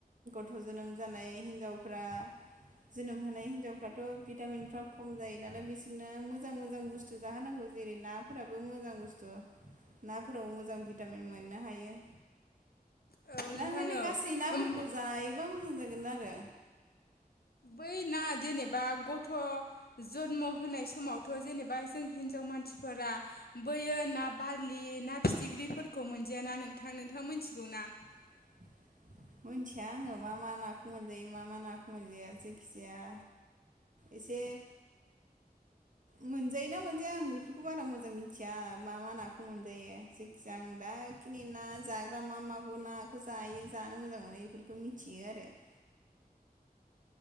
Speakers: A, on the right; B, on the left.
A: गथ' जोनोम जानाय हिनजावफ्रा जोनोम होनाय हिनजावफ्राथ' भिटामिनफ्रा खम जायो नालाय बिसोरनो मोजां मोजां बुस्थु जाहोनांगौ जेरै नाफोराबो मोजां बुस्थु। नाफोराव मोजां भिटामिन मोननो हायो।
B: औ नोंथां
A: दा ओंखायनो
B: औ
A: गासै नाफोरखौ
B: ओम
A: जायोबा मोजां जागोन आरो।
B: बै ना जेनेबा गथ' जन्म होनाय समावथ' जेनेबा जों हिन मानसिफोरा बोयो ना बारलि ना फिथिख्रिफोरखौ मोनजाया ना नोंथां नोंथां मोन मिथिगौ ना?
A: <inaudible> मोनथिया आङो मा मा नाखौ मोनजायो मा मा नाखौ मोनजाया जायखिजाया एसे मोनजायोना मोनजाया आं बेफोरखौ बारा मोजां मिथिया मा मा नाखौ मोनजायो जायखिजाया आं दा खिनि ना जाग्रा मा मागौ नाखौ जायो जानो मोजां मोनो बेफोरखौ मिथियो आरो। <inaudible>